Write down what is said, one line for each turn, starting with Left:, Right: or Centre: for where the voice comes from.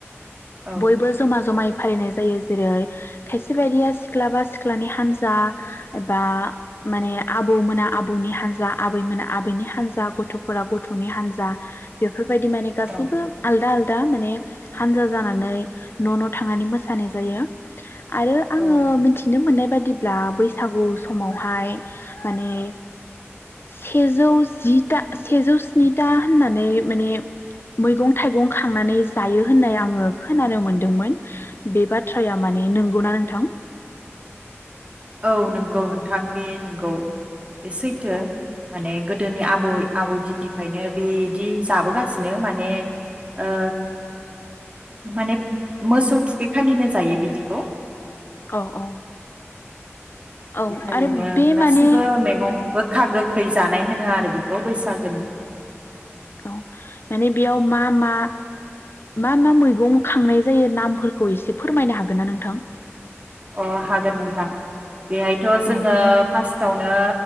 Right: औ
Left: बयबो जमा जमायै फालिनाय जायो जेरै खायसे बायदिया सिख्लाबा सिख्लानि हान्जा एबा माने आबौमोना आबौनि हान्जा आबै मोना आबैनि हान्जा गथ' फोरा गथनि हान्जा बे बे बायदि माने गासिबो
Right: औ
Left: आलदा आलदा माने हानजा जानानै न' न'थांनानै मोसानाय जायो। आरो आङो
Right: औ
Left: मिथिनो मोननाय बे बादिब्ला बैसागु समावहाय माने सेजौ जि सेजौ स्निथा होननानै माने मैगं-थाइगं खांनानै जायो होननाय आङो खोनानो मोनदोंमोन बे बाथ्राया माने नंगौना नोंथां?
Right: औ नोंगौ नोंथां बे नोंगौ सैथो
Left: औ
Right: माने गोदोनि आबै आबौ दिननिफ्रायनो बेदि जाबोगासिनो माने ओ माने मोसौ थुफैखालिनो जायो बिदिखौ।
Left: औ औ। औ
Right: इटालिनो
Left: आरो बे
Right: गासिबो
Left: माने
Right: मैगंबो खाग गोखै जानाय होनो आरो बेखौ बैसागोनि।
Left: औ माने बेयाव मा मा मा मा मैगं खांनाय जायो नामफोरखौ एसे फोरमायनो हागोन ना नोंथां?
Right: अ हागोन नोंथां। बेहायथ' जोङो
Left: औ
Right: फार्स्ट आवनो